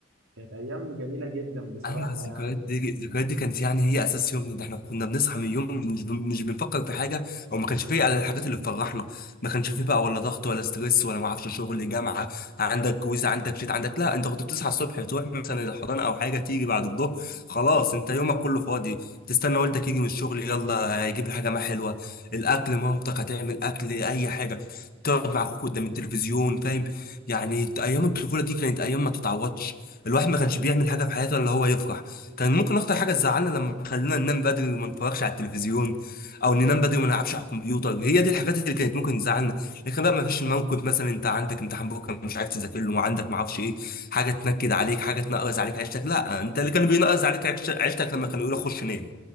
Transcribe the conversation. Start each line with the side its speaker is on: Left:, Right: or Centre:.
Right: كانت ايام جميله جدا بصراحه
Left: ايوه الذكريات
Right: يعني
Left: دي الذكريات دي كانت يعني هي اساس يومنا ده احنا كنا بنصحى من اليوم مش بن- مش بنفكر في حاجه او ما كانش فيه على الحاجات اللي بتفرحنا ما كانش فيه بقى ولا ضغط ولا ستريس ولا ما اعرفش شغل جامعه عندك كويز عندك شيت عندك لا انت كنت بتصحى الصبح تروح مثلا الحضانه او حاجه تيجي بعد الظهر خلاص انت يومك كله فاضي تستنى والدك يجي من الشغل يلا هيجيب لي حاجه ما حلوه الاكل مامتك هتعمل اكل اي حاجه تقعد مع اخوك قدام التلفزيون فاهم يعني ايام الطفوله دي كانت ايام ما تتعوضش الواحد ما كانش بيعمل حاجه في حياته الا هو يفرح كان ممكن اكتر حاجه تزعلنا لما خلونا ننام بدري وما نتفرجش على التلفزيون او ننام بدري وما نلعبش على الكمبيوتر هي دي الحاجات اللي كانت ممكن تزعلنا لكن بقى ما فيش موقف مثلا انت عندك امتحان بكره مش عارف تذاكر له وعندك ما اعرفش ايه حاجه تنكد عليك حاجه تنقرز عليك عيشتك لا انت اللي كان بينقرز عليك عيشت- عيشتك لما كانوا يقولوا خش نام